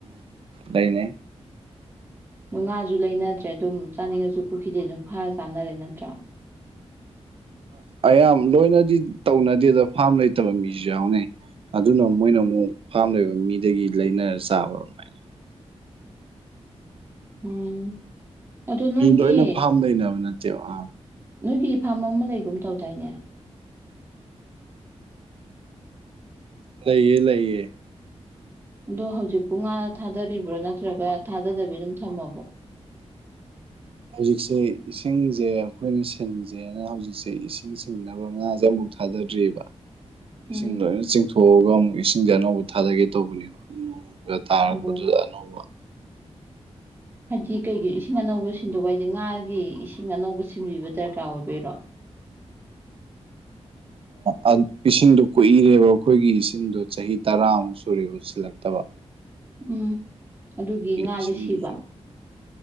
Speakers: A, on the right; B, on the right.
A: ꯂꯩꯅꯩ
B: ꯉꯥꯁꯨ ꯂꯩꯅꯗ꯭ꯔꯦ ꯑꯗꯨꯝ ꯆꯥꯅꯤꯡꯉꯁꯨ ꯄꯨꯈꯤꯗꯦ ꯑꯗꯨꯝ ꯐꯥꯔ ꯆꯥꯅꯔꯦ ꯅꯠꯇ꯭ꯔꯥ
A: ꯑꯌꯥꯝ ꯂꯣꯏꯅꯗꯤ ꯇꯧꯅꯗꯦꯗ ꯐꯥꯔꯝ ꯂꯩꯇꯕ ꯃꯤꯁꯨ ꯌꯥꯎꯅꯩ ꯑꯗꯨꯅ ꯃꯣꯏꯅ ꯑꯃꯨꯛ ꯐꯥꯝ ꯂꯩꯕ ꯃꯤꯗꯒꯤ ꯂꯩꯅꯔ ꯆꯥꯕ ꯑꯗꯨꯃꯥꯏꯅ
B: ꯎꯝ ꯑꯗꯣ ꯅꯣꯏꯒꯤ
A: ꯃꯤ ꯂꯣꯏꯅ ꯐꯥꯝ ꯂꯩꯅꯕ ꯅꯠꯇꯦꯕ ꯑꯥ
B: ꯅꯣꯏꯒꯤ ꯐꯥꯔꯝ ꯑꯃ ꯂꯩꯒꯨꯝ ꯇꯧꯗꯥꯏꯅꯦ
A: ꯂꯩꯌꯦ ꯂꯩꯌꯦ
B: ꯑꯗꯣ ꯍꯧꯖꯤꯛ ꯄꯨꯡ ꯉꯥ ꯊꯥꯗꯔꯤꯕ꯭ꯔꯣ ꯅꯠꯇ꯭ꯔꯒ ꯊꯥꯗꯗꯕꯤ ꯑꯗꯨꯝ ꯊꯝꯃꯕꯣ
A: ꯍꯧꯖꯤꯛꯁꯦ ꯏꯁꯤꯡ ꯁꯦ ꯑꯩꯈꯣꯏꯅ ꯁꯤꯟꯁꯦꯅ ꯍꯧꯖꯤꯛꯁꯦ ꯏꯁꯤꯡ ꯆꯤꯟꯅꯕ ꯉꯥꯖꯦ ꯑꯃꯨꯛ ꯊꯥꯗꯗ꯭ꯔꯤꯑꯔꯤꯕ ꯏꯁꯤꯡ
B: ꯎꯝ
A: ꯂꯣꯏꯅ ꯆꯤꯡꯊꯣꯛꯑꯒ ꯑꯃꯨꯛ ꯏꯁꯤꯡꯖꯦ ꯑꯥꯅꯧꯕ ꯊꯥꯗꯒꯦ ꯇꯧꯕꯅꯦꯕ ꯅꫭꯡꯒ ꯇꯥꯔꯛꯄꯗꯨꯗ
B: ꯑꯣ
A: ꯑꯥꯅꯧꯕ
B: ꯍꯥꯏꯗꯤ ꯀꯩꯒꯤ ꯏꯁꯤꯡ ꯑꯅꯧꯕ ꯁꯤꯟꯗꯣꯛꯄ ꯍꯥꯏꯁꯦ ꯉꯥꯒꯤ ꯏꯁꯤꯡ ꯑꯅꯧꯕ ꯁꯤꯟꯕꯤꯕ ꯗꯔꯀꯥꯔ ꯑꯣꯏꯕꯩꯔꯣ
A: ꯑꯥ ꯏꯁꯤꯡꯗꯣ ꯀꯣꯛꯏꯔꯦꯕ ꯑꯩꯈꯣꯏꯒꯤ ꯏꯁꯤꯡꯗꯣ ꯆꯍꯤ ꯇꯔꯥꯃꯨꯛ ꯁꯨꯔꯦ ꯎꯁꯤꯜꯂꯛꯇꯕ
B: ꯎꯝ ꯑꯗꯨꯒꯤ ꯉꯥꯖꯦ
A: ꯏꯁꯤꯡꯗꯨꯁꯨ
B: ꯁꯤꯕ